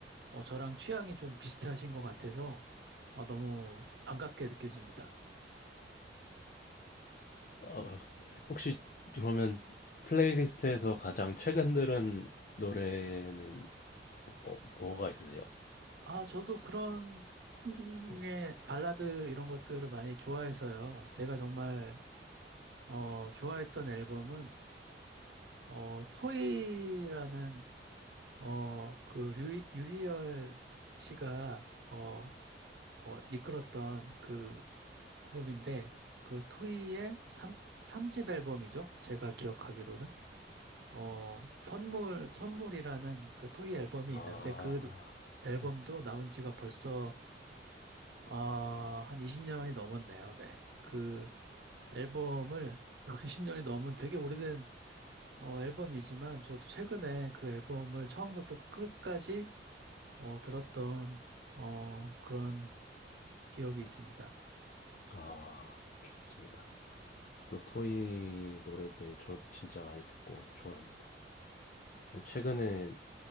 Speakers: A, on the right; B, on the left.
A: 어, 저랑 취향이 좀 비슷하신 것 같아서, 아, 너무 반갑게 느껴집니다.
B: 아, 혹시 그러면 플레이리스트에서 가장 최근 들은 노래는 뭐, 뭐가 있으세요?
A: 아, 저도 그런 풍의
B: 네.
A: 발라드 이런 것들을 많이 좋아해서요. 제가 정말 어, 좋아했던 앨범은 어, 토이라는 어, 그 류, 유희열 씨가 어, 어, 이끌었던 그 그룹인데 그 토이의 삼삼집 앨범이죠. 제가 기억하기로는 어, 선물 선물이라는 그 토이 앨범이
B: 아,
A: 있는데 그 앨범도
B: 네.
A: 나온 지가 벌써 아, 한 20년이 넘었네요. 네. 그 앨범을 20년이 넘은 되게 오래된 어, 앨범이지만 저도 최근에 그 앨범을 처음부터 그 끝까지 어, 들었던 어, 그런 기억이 있습니다.
B: 아 좋습니다. 저도 토이 노래들 저 진짜 많이 듣고 좋아합니다. 근데 최근에